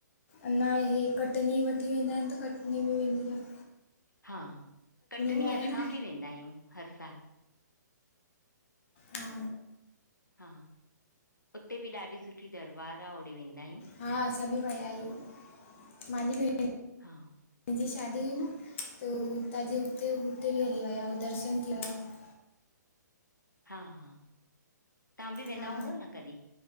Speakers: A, on the left (about 40°); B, on the left (about 80°).
A: अञा इहे कटनी वठी वेंदा आहिनि त कटनी बि वेंदी आहे
B: हा कटनी
A: में आहे
B: असां
A: न
B: बि वेंदा आहियूं हर साल
A: हा
B: हा उते बि ॾाढी सुठी दरबारु आहे ओॾे वेंदा आहियूं
A: हा असां बि वया आहियूं मांहिंजी भेण
B: हा
A: हिंजी शादी हुई न त उ हुतां जी हुते हुते बि हली विया हुो दर्शनु थी वि हुआ
B: हा हा तव्हां बि वेंदा
A: हा
B: हूंदव न कॾहिं?